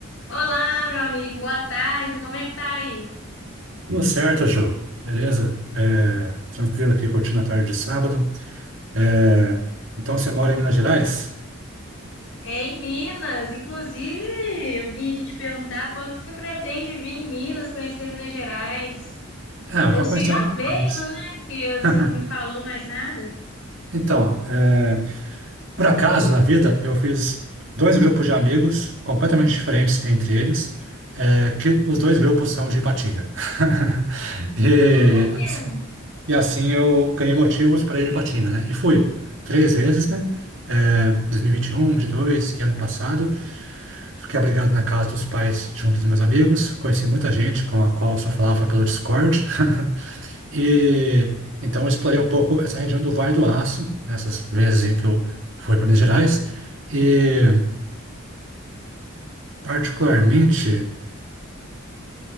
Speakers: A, on the left (about 65°); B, on the right (about 60°).
A: Olá, meu amigo, boa tarde. Como é que tá aí?
B: Tudo certo, Ju. Beleza? É, tranquilo aqui, curtindo a tarde de sábado. É, então, você mora em Minas Gerais?
A: É em Minas, inclusive, eu vim aqui te perguntar quanto que você pretende vir em Minas, conhecer Minas Gerais.
B: Ah,
A: Ou
B: eu já
A: se
B: conheci
A: já
B: algumas
A: veio,
B: coisas.
A: né? Que você
B: <laughs>
A: não me falou mais nada.
B: Então, é, por acaso, na vida, eu fiz dois grupos de amigos completamente diferentes entre eles, é, que os dois grupos são de Ipatinga. <laughs> E
A: Olha!
B: E assim eu ganhei motivos para ir para Tina, né? E fui três vezes, né? É, 2021, 2022 e vinte e um, vinte e dois e ano passado. Fiquei abrigado na casa dos pais junto dos meus amigos. Conheci muita gente com a qual eu só falava pelo Discord. <laughs> E então eu explorei um pouco essa região do Vale do Aço, nessas vezes em que eu fui para Minas Gerais. E particularmente.